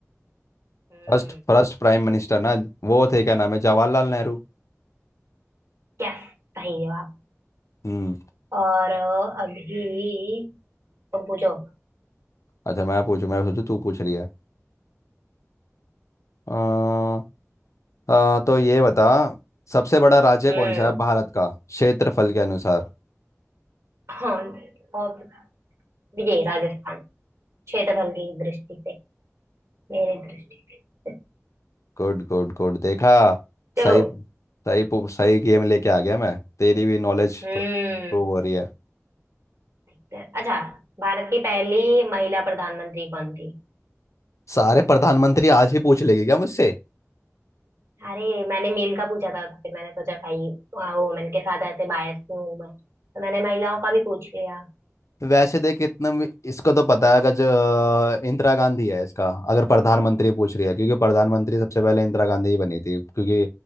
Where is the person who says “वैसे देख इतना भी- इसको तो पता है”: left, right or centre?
Left